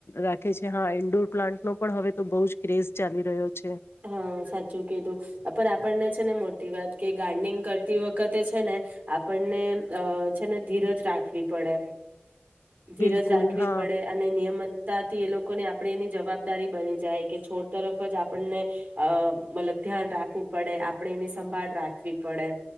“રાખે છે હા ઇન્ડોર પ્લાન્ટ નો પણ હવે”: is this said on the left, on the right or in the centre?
Left